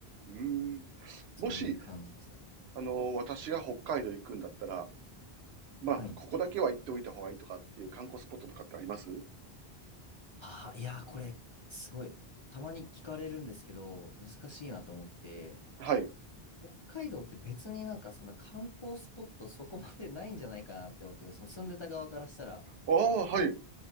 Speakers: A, on the right; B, on the left.
A: ーん。
B: そういう感じでしたね。
A: もし、あの、私が北海道行くんだったら、まあ、
B: はい。
A: ここだけは行っておいた方がいいとかっていう観光スポットとかってあります
B: ああ、いやー、これ、すごい。たまに聞かれるんですけど、難しいなと思ってて、
A: はい。
B: 北海道って別になんかそんな観光スポットそこまでないんじゃないかなって僕、その住んでた側からしたら
A: ああ、はい、